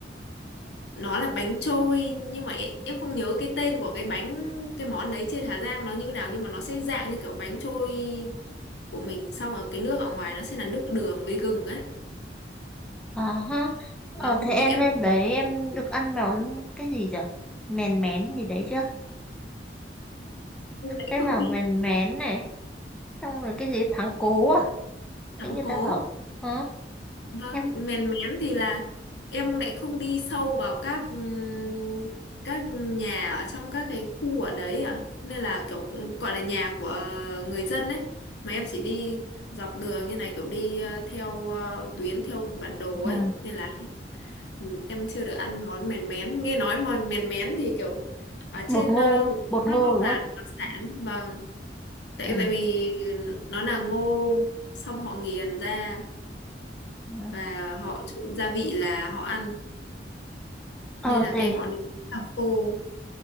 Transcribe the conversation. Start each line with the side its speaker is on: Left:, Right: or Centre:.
Left: nó là bánh trôi nhưng mà e- em không nhớ cái tên của cái bánh cái món đấy trên Hà Giang nó như nào nhưng mà nó sẽ dạng như kiểu bánh trôi của mình xong rồi cái nước ở ngoài nó sẽ là nước đường với gừng ấy
Centre: Ờ, ha. Ờ,
Left: và lúc
Centre: thế em
Left: ý em
Centre: lên đấy em được ăn món cái gì chả? Mèn mén gì đấy chưa?
Left: em lại
Centre: Thế
Left: không
Centre: bảo
Left: đi
Centre: mèn mén này. Xong rồi cái gì thắng cố à? Thế
Left: thắng
Centre: người
Left: cố
Centre: ta bảo, ừ,
Left: vâng
Centre: em...
Left: mèn mén thì là em lại không đi sâu vào các ừm, các nhà ở trong các cái khu ở đấy ạ nên là kiểu gọi là nhà của người dân ấy mà em chỉ đi dọc đường như này kiểu đi ờ, theo ờ, tuyến theo bản đồ
Centre: Ừ.
Left: ấy nên là ừm, em chưa được ăn món mèn mén nghe nói món mèn mén thì kiểu ở trên
Centre: Bột ngô,
Left: ờ, miền
Centre: bột ngô
Left: Bắc nó
Centre: đúng
Left: là
Centre: không?
Left: đặc sản vâng tại
Centre: Ừ.
Left: tại vì nó là ngô xong họ nghiền ra
Centre: Ừ.
Left: và họ trộn gia vị là họ ăn
Centre: Ờ,
Left: nên là
Centre: thế,
Left: cái món đấy là khô